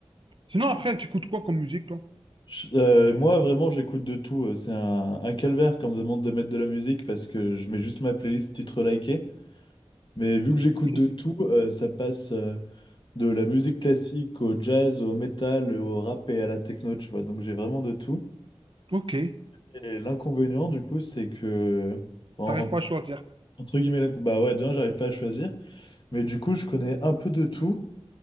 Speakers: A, on the right; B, on the left.
A: Sinon, après, tu écoutes quoi comme musique, toi?
B: Je- euh, moi, vraiment, j'écoute de tout. euh, C'est un, un calvaire quand on me demande de mettre de la musique, parce que je mets juste ma playlist titre liké. Mais vu que j'écoute
A: Ok.
B: de tout, euh, ça passe euh, de la musique classique au jazz, au métal, au rap et à la techno, tu vois. Donc j'ai vraiment de tout.
A: Ok.
B: Et l'inconvénient, du coup, c'est que... en
A: T'arrives pas à choisir.
B: Entre guillemets, la... bah ouais, d'un, j'arrive pas à choisir. Mais du coup, je connais un peu de tout,